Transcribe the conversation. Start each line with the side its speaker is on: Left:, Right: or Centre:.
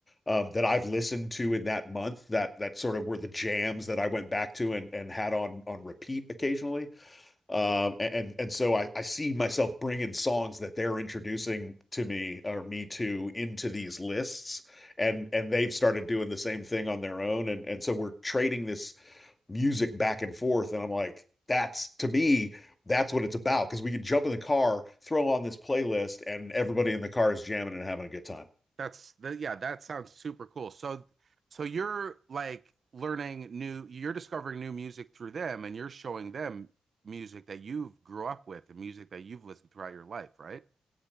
Left: um, that I've listened to in that month that that sort of were the jams that I went back to and and had on on repeat occasionally. Um, and and so I, I see myself bringing songs that they're introducing to me or me to into these lists, and and they've started doing the same thing on their own, and and so we're trading this music back and forth, and I'm like, that's to me, that's what it's about because we can jump in the car, throw on this playlist, and everybody in the car is jamming and having a good time.
Right: That's the yeah, that sounds super cool. So so you're like learning new, you're discovering new music through them and you're showing them music that you've grew up with and music that you've listened throughout your life, right?